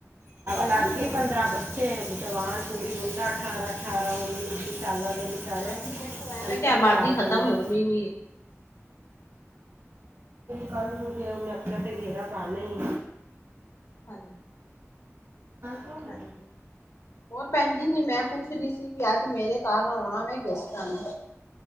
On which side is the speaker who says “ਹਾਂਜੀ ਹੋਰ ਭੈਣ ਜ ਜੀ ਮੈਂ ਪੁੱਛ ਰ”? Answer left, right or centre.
Left